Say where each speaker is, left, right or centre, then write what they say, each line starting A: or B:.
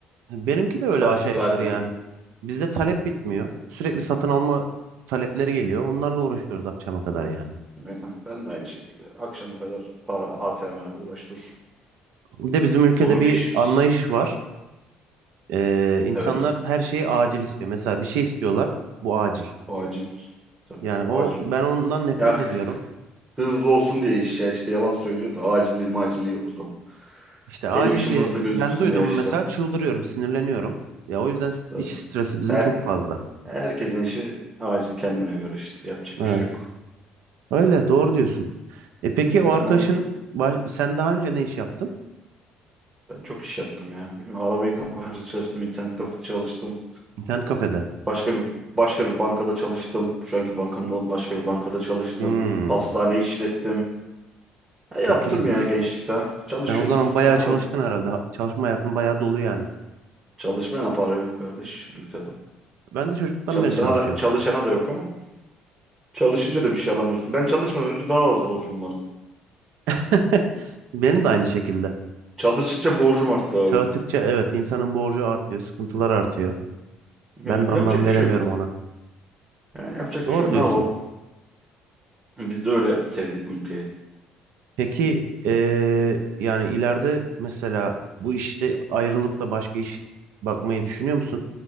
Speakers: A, on the right (about 75°); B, on the right (about 20°).
A: Benimki de öyle
B: Saati
A: aşağı
B: saatine.
A: yukarı yani. Bizde talep bitmiyor. Sürekli satın alma talepleri geliyor. Onlarla uğraşıyoruz akşama kadar yani.
B: Benim. Ben de aynı şekilde. Akşama kadar para, ATM uğraş dur.
A: Bir de bizim ülkede
B: Zor
A: bir
B: bir işimiz.
A: anlayış var. Ee, insanlar
B: Evet.
A: her şeyi acil istiyor. Mesela bir şey istiyorlar. Bu acil.
B: Acil. Tabii,
A: Yani
B: acil.
A: o ben ondan nefret
B: Ya hız-
A: ediyorum.
B: hızlı olsun diye iş ya işte yalan söylüyor da acilliği macilliği yoktur o.
A: İşte acil
B: Benim işim
A: diye
B: hızlı gözüksün
A: ben duydum
B: diye işte.
A: mesela çıldırıyorum, sinirleniyorum. Ya o yüzden s-
B: Tabii.
A: iş stresi bizim
B: Her,
A: çok fazla.
B: herkesin işi acil kendine göre işte. Yapacak
A: Evet.
B: bir şey yok.
A: Öyle doğru diyorsun. E peki
B: İyi,
A: o arkadaşın
B: umarım
A: baş- sen daha önce ne iş yaptın?
B: Ben çok iş yaptım ya. Bilmiyorum araba yıkama çalıştım, internet kafede çalıştım.
A: İnternet kafede.
B: Başka bir başka bir bankada çalıştım. Şu anki bankamdan başka bir bankada çalıştım.
A: Hmm,
B: Pastane işlettim. E, yaptım
A: çok iyiymiş.
B: ya gençlikte. Çalışıyoruz.
A: Sen o zaman bayağı
B: Ne yapalım?
A: çalıştın herhalde. Ha- Çalışma hayatın bayağı dolu yani.
B: Çalışmayana para yok kardeş ülkede.
A: Ben de çocuktan
B: Çalışana
A: beri çalışıyorum.
B: da çalışana da yok ama. Çalışınca da bir şey alamıyorsun. Ben çalışmadan önce daha az borcum vardı.
A: <laughs> Benim de aynı şekilde.
B: Çalıştıkça borcum arttı abi.
A: Çalıştıkça evet insanın borcu artıyor, sıkıntılar artıyor.
B: Yani
A: Ben de anlam
B: yapacak bir
A: veremiyorum
B: şey yok.
A: ona.
B: Yani yapacak
A: Doğru
B: bir şey yok.
A: diyorsun.
B: Ne yapalım? Biz de öyle sevdik bu ülkeyi.
A: Peki eee, yani ileride mesela bu işte ayrılıp da başka iş bakmayı düşünüyor musun?